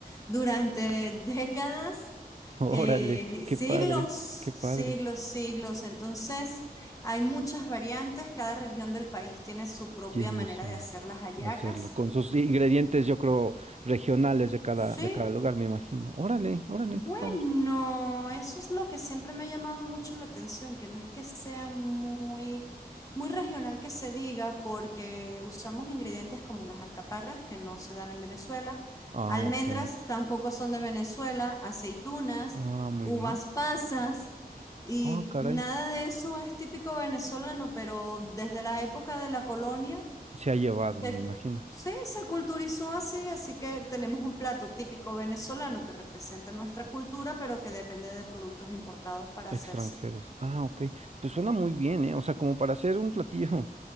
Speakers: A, on the left (about 20°); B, on the right (about 45°).
A: durante <laughs> décadas,
B: <laughs> Órale,
A: eh,
B: qué
A: siglos,
B: padre,
A: siglos,
B: qué padre.
A: siglos. Entonces, hay muchas variantes, cada región del país tiene su propia
B: Tienes
A: manera
B: un
A: de hacer las hallacas.
B: hacerlo con sus ingredientes, yo creo, regionales de cada,
A: Sí,
B: de cada lugar, me imagino. Órale, órale,
A: Bueno,
B: qué padre.
A: eso es lo que siempre me ha llamado mucho la atención, que no es que sea muy, muy regional que se diga, porque usamos ingredientes como las alcaparras, que no se dan en Venezuela,
B: Ah,
A: almendras
B: ok.
A: tampoco son de Venezuela, aceitunas,
B: Ah, muy
A: uvas
B: bien.
A: pasas, y
B: Ah, caray.
A: nada de eso es típico venezolano, pero desde la época de la colonia
B: Se ha llevado,
A: se-
B: me imagino.
A: sí, se culturizó así, así que tenemos un plato típico venezolano que representa nuestra cultura, pero que depende de productos importados para
B: Extranjeros.
A: hacerse.
B: Ah, ok. Pues suena muy bien, ¿eh? O sea, como para hacer un platillo.